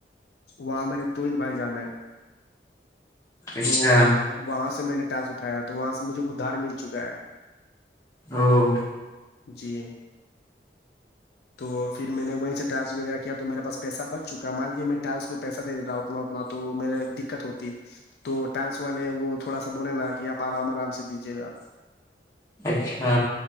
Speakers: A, on the left; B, on the left.
A: وہاں میرے توہید بھائی جانے ہیں
B: اچھا
A: تو وہاں سے میں نے ٹاس اٹھایا تو وہاں سے مجھے ادھار مل چکا ہے
B: او
A: جی تو پھر میں نے وہیں سےٹریس وغیرہ کیا تو میرا پاس پیسہ بچ چکا مان لیے میں ٹس کو پیس دے رہا ہ اتنا اتنا تو میرے دقت ہوتی تو ٹیکس والے وہ تھوڑا سا بولے نا کہ آپ آرام آرام سے دیجیے گا
B: اچھا